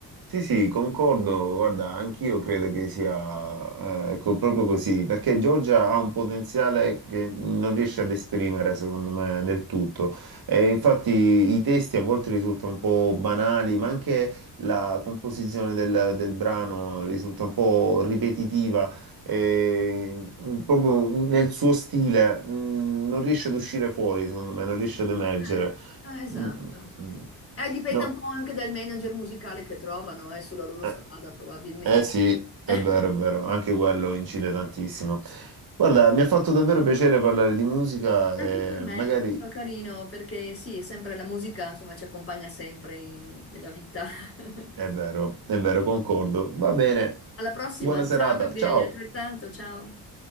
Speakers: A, on the right (about 55°); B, on the left (about 30°).
A: Sì, sì, concordo, guarda, anch'io credo che sia eh, co- proprio così, perché Giorgia ha un potenziale che non riesce ad esprimere, secondo me, del tutto. E infatti i testi a volte risultano un po' banali, ma anche la composizione del, del brano risulta un po' ripetitiva, e, mh, proprio nel suo stile, mh, non riesce ad uscire fuori, secondo me, non riesce ad
B: Eh,
A: emergere.
B: eh, esatto.
A: Mm, mm, mm.
B: Eh, dipende
A: No.
B: un po' anche dal manager musicale che trovano, eh, sulla loro
A: eh,
B: strada, probabilmente.
A: Eh sì, è
B: <laughs>
A: vero, è vero, anche quello incide tantissimo. Guarda, mi ha fatto davvero piacere parlare di musica
B: Anche
A: e
B: per me
A: magari
B: è stato carino perché sì, è sempre la musica, insomma, ci accompagna sempre in- nella vita. <laughs>
A: è vero, è vero, concordo. Va bene,
B: Alla prossima,
A: buona serata,
B: ciao Gabriele,
A: ciao.
B: altrettanto, ciao.